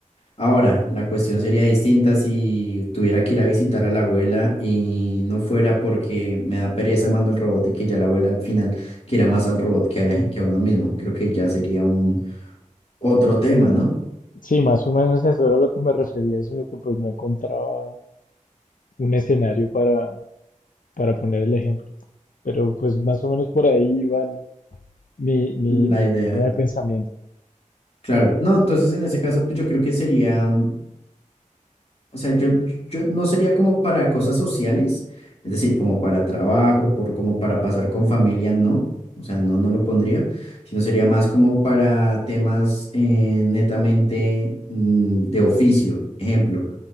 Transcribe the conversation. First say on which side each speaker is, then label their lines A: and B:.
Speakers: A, on the left; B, on the left.
A: Ahora, la cuestión sería distinta si tuviera que ir a visitar a la abuela y no fuera porque me da pereza, mando el robot y que ya la abuela al final quiera más al robot que, a- que a uno mismo. Creo que ya sería un otro tema, ¿no?
B: Sí, más o menos eso era a lo que me refería, sino que pues no encontraba un escenario para, para poner el ejemplo. Pero pues más o menos por ahí iba el- mi, mi,
A: La
B: mi
A: idea.
B: línea de pensamiento.
A: Claro, no, entonces en ese caso pues, yo creo que sería, mm, o sea, yo, yo no sería como para cosas sociales, es decir, como para trabajo, por, como para pasar con familia, no, o sea, no, no lo pondría, sino sería más como para temas eh, netamente mm, de oficio, ejemplo,